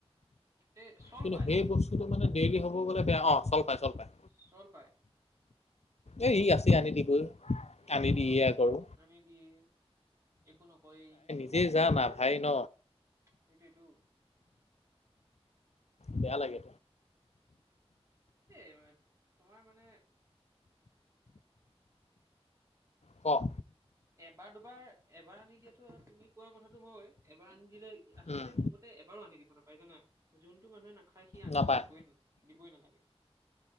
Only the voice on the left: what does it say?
কিন্তু
সেই বস্তু মানে ডেইলি হব গলে বেয়া অ, চল পাই চল পাই।
এ ই আছেই আনি দিবই।
আনি দিয়ে
কৰো
নিজে জানা ভাই ন।
বেয়া লাগে।
ক।
উম
নাপায়